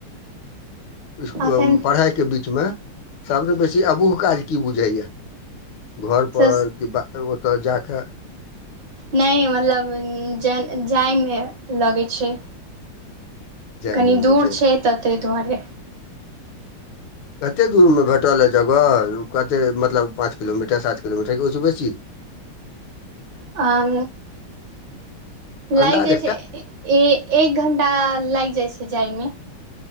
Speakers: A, on the left; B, on the right.
A: कुछ
B: एखन
A: पढ़ाई के बीच मे सबस बेसी अबूह काज की बुझै या घर पर
B: स
A: कि बा ओतय जा कऽ
B: नहि मतलब जाइमे लगैत छै।
A: जायमे
B: कनी
A: लगै
B: दूर छै तऽ ताहि दुआरे।
A: कते दूर मे भेटल ह जगह कते मतलब पांच किलोमीटर सात किलोमीटर के ओहिसँ बेसी।
B: आ लागि
A: अन्दाज
B: जाइ
A: एकटा
B: छै एक घंटा लागि जाइ छै जायमे।